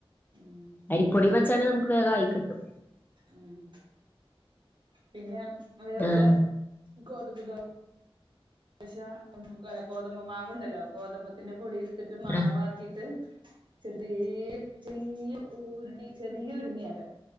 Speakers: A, on the right (about 50°); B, on the left (about 20°).
A: ഉം
B: അരിപ്പൊടി വെച്ചാല് നമുക്ക് വേഗായി കിട്ടും
A: ഉം പിന്നെ അതേപോലെ
B: ആഹ്
A: ഗോതമ്പു ദോ ശ ഗോതമ്പ് മാവ്ണ്ടല്ലോ ഗോതമ്പത്തിന്റെ പൊടി ഇടുത്തിട്ട് മാവാക്കിട്ട്
B: ആഹ്
A: ചെറി ചെറിയ ചെറിയ ഉരുണി ചെറിയ ഉരുണി ആക്ക